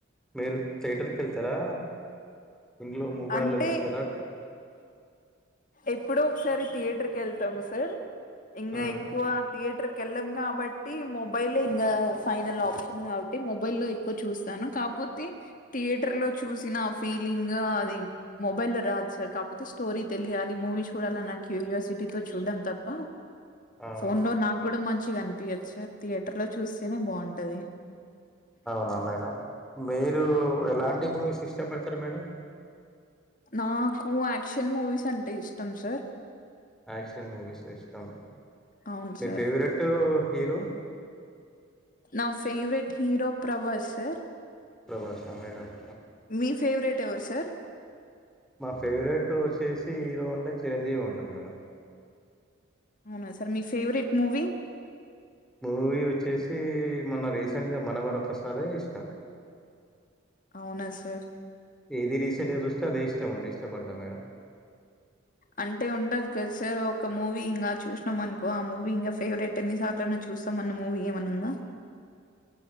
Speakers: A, in the centre; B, on the left (about 40°).
A: మీరు థియటర్కి వెళ్తారా ఇంట్లో మొబైల్లో
B: అంటే
A: చూస్తారా
B: ఎప్పుడ్ ో ఒకసారి థియేటర్ కి వెళ్తాము సార్ ఇంగ
A: మ్మ్
B: ఎక్కువ థియేటర్ ెళ్ళం కాబట్టి మొబైలే ఇంకా ఫైనల్ ఆప్షన్ కాబట్టి మొబైల్ లో ఎక్కువ చూస్తాను, కాపోతే థియేటర్ లో చూసిన ఫీ లింగ్ అది మొబైల్ లో రాదు సార్ కాకపోతే, స్టోరీ తెలియాలి మూవీ చూడాల నా క్యూరియాసిటీతో చూడ్డం తప్ప
A: అవునా
B: ఫోన్ లో నాకు కూడా మంచిగాం పిహెచ్ఆర్ థియేటర్ లో చూసినే బాగుంటది
A: అవునా మేడం మీరు ఎలాంటి మూవీస్ ఇ కష్టపడతారు మేడం
B: నాకు యాక్షన్ మూవీస్ అంటే ఇష్టం సార్
A: క్షన్ మూవీస్చ్ చ
B: అవును
A: మీ
B: సార్
A: ఫేవరెట్ హీరో
B: నా ఫేవరెట్ హీరో ప్రభాస్ సార్
A: ప్రభాష మేడంమ్
B: మీ ఫేవరెట్ ఎవరు సార్
A: మా ఫేవరెట్ వచ్చేసి హీరో అంటే చిరంజీవి ఉంటాడు మేడం
B: అవునా సార్ మీ ఫేవరెట్ మూవీ
A: మూవీ వచ్చేసి మొన్న రీసెంట్గా మనవరప్రసాదే ఇష్టం
B: అవునా సార్
A: ఏది రీసెంట్గా చూస్తే అదే ఇష్టంముండే ఇష్టపడు గా మేడం
B: అంటే ఉంటది కద సార్ ఒక మూవీ ఇంగా చూసినం అనుకో ఆ మూవీ ఇంగా ఫేవరెట్ ఎన్నిసార్లైనా చూస్తామన్న మూవీ ఏమన్న ఉందా